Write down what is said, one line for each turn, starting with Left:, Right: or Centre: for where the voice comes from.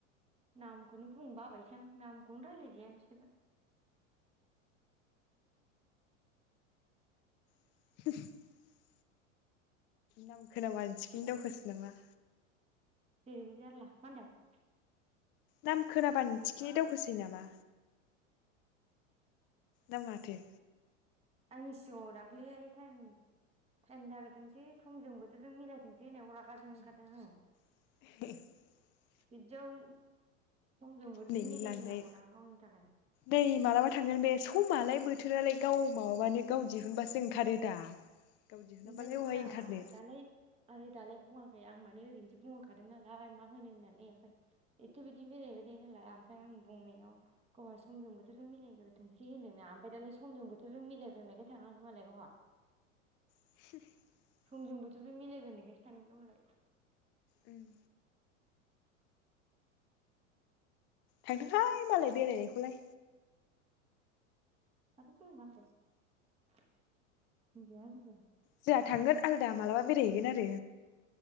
Right: नामखौनो बुंबा आबायसो आं नामखौनो रायलाय जाया बिसोरना।
Left: <unintelligible> नाम खोनाबानो थिखिनो
Right: जेरै
Left: दावखोसो नामा?
Right: जेरैबो जारला मा होनदों?
Left: नाम खोनाबानो थिखिनाय दावखोसै नामा? दा माथो?
Right: आंनि सिगाङाव दाखलि टाइम टाइम जाग्रोथोंसै समजों बोथोरजों मिलायथोंसै होनाव रागा जोंनो ओंखारदों आं
Left: <unintelligible>
Right: बिदियाव समजों बोथोर
Left: नै
Right: मिलायहोनांगौना
Left: लांनाय
Right: गावनि थाखाय
Left: नै मालाबा थांगोन बे समालाय बोथ बोथोरालाय गाव माबाबानो गाव दिहुनबासो ओंखारो दा? गाव दिहुनाबालाय
Right: ओंखायनोथ'
Left: अहाय
Right: ब्रा
Left: ओंखारनो
Right: दालाय आरो दालाय बुङाखै आं माने ओरैनोसो बुंहखादों नालाय मा होनो होननानै ओमफाय एथ' बिदि बेरायबाय नालाय आमफाय आं बुंनायाव गावहा समजों बोथोरजों मिलायग्रो थोंसै होनदोंना ओमफ्राय दालाय समजों बोथोर जों मिलायग्रोननायखाय थाङाखै मालाय गावहा।
Left: <unintelligible>
Right: समजों बोथोरजों मिलायग्रो नायखायसो थांगोननो मालाय।
Left: उम थांथोहाय मालाय बेरायनायखौलाय।
Right: <unintelligible>
Left: जोंहा थांगोन आलदा मालाबा बेरायहैगोन आरो